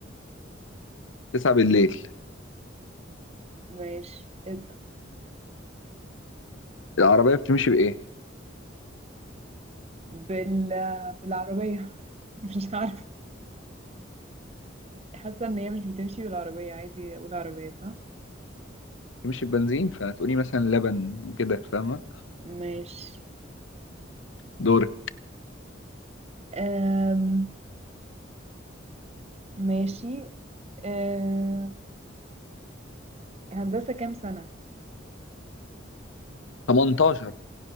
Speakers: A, on the left; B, on the right.
A: تسعة بالليل
B: ماشي اسال
A: العربيه بتمشي بايه
B: بال... بالعربية <laughs> مش عارفة حاسة ان هي مش بتمشي بالعربية عايزة اقول عربية صح
A: بتمشي ببنزين فهتقولي مثلا لبن كده فاهمه
B: ماشي
A: دورك
B: آم... ماشي آه... هندسة كام سنة
A: 18